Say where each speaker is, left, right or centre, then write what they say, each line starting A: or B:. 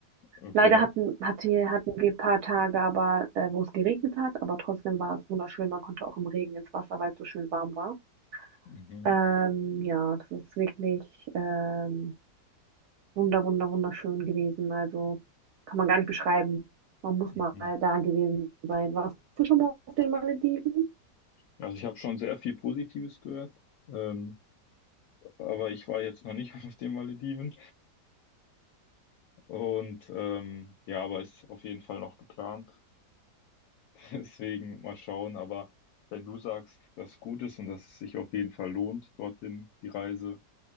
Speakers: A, on the left (about 70°); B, on the right (about 70°).
A: Okay.
B: Leider hatten, hatte, hatten wir ein paar Tage, aber äh, wo es geregnet hat, aber trotzdem war es wunderschön. Man konnte auch im Regen ins Wasser, weil es so schön warm war.
A: Mhm.
B: Ähm, ja, das ist wirklich ähm, wunder, wunder, wunderschön gewesen. Also kann man gar nicht beschreiben. Man muss
A: Mhm.
B: mal da gewesen sein. Warst du schon mal auf den Malediven?
A: Also ich habe schon sehr viel Positives gehört, ähm, aber ich war jetzt noch nicht <laughs> auf den Malediven und ähm, ja, aber ist auf jeden Fall noch geplant. <laughs> Deswegen mal schauen. Aber wenn du sagst, dass es gut ist und dass es sich auf jeden Fall lohnt, dorthin die Reise,